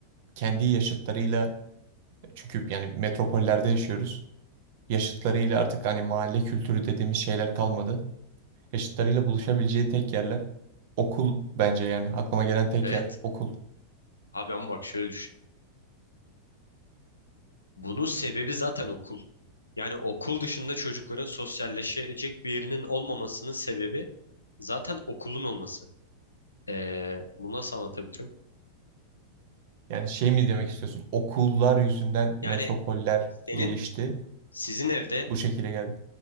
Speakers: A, on the right; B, on the left.
A: kendi yaşıtlarıyla çünkü yani metropollerde yaşıyoruz. Yaşıtlarıyla artık hani mahalle kültürü dediğimiz şeyler kalmadı. Yaşıtlarıyla buluşabileceği tek yerler okul bence yani aklıma gelen tek
B: Evet
A: yer okul.
B: abi ama bak şöyle düşün. Bunun sebebi zaten okul. Yani okul dışında çocukların sosyalleşecek bir yerinin olmamasının sebebi zaten okulun olması. Ee, bunu nasıl anlatabilirim?
A: Yani şey mi demek istiyorsun? Okullar yüzünden metropoller
B: Yani senin
A: gelişti.
B: sizin evde
A: Bu şekilde geldi.